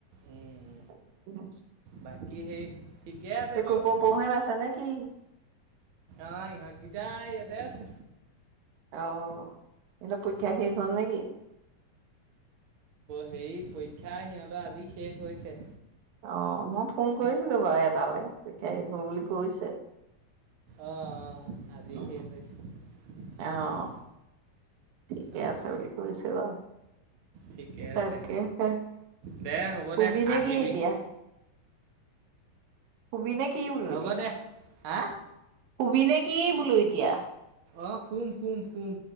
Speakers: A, on the right; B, on the right.
A: উম,
B: <unintelligible>
A: বাকী সেই। ঠিকে আছে
B: একো
A: বাৰু
B: ক' পোহে ন আছে নে কিি
A: আহ ইহঁত গতাই ইয়াতে আছে
B: অহ সিহঁতৰ পৰীক্ষা
A: উম।
B: শেষ হ'ল নেকি।
A: হেৰি পৰীক্ষা সিহঁতৰ আজি শেষ হৈছে।
B: অ মই ফোন কৰিছিলো বাৰু এটালৈ <unintelligible> হল বুলি কৈছে।
A: অহ অহ আজি
B: উম,
A: শেষ হৈছে
B: অ',
A: উম।
B: ঠিকে
A: তাকে
B: আছে বুলি কৈছে বাৰু
A: ঠিকে আছে
B: তাকেহে।
A: দে হ'ব
B: শুবি
A: দে
B: নে
A: আহিবি।
B: কি এতিয়া? কবি নে কি। বোলো
A: হ'ব দে হা।
B: পনে কি বোলো এতিয়া
A: অ শুম শুম শুম।